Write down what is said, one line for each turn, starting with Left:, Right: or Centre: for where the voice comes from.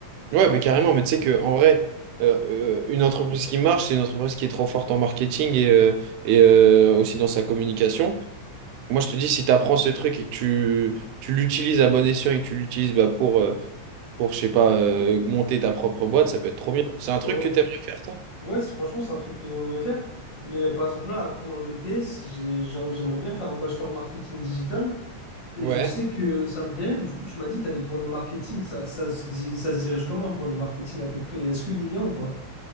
Right: Ouais, mais carrément, mais tu sais que en vrai, euh, euh, une entreprise qui marche, c'est une entreprise qui est trop forte en marketing et, euh, et euh, aussi dans sa communication. Moi, je te dis, si tu apprends ce truc et que tu, tu l'utilises à bon escient et que tu l'utilises bah, pour, euh, pour, je sais pas, euh, monter ta propre boîte, ça peut être trop bien. C'est un truc
Left: Bah ouais,
Right: que tu aimerais faire, toi?
Left: Ouais, c'est- franchement, c'est un truc que j'aimerais faire. Mais euh, par exemple, là, après mon BTS, j'ai- j'ai- j'aimerais bien faire un bachelor marketing digital. Et
Right: Ouais.
Left: je sais que ça me plairait. Du coup, tu m'as dit, tu as des cours de marketing. Ça, ça, se di- ça se dirige comment, un cours de marketing à peu près? Est-ce qu'il est bien ou pas?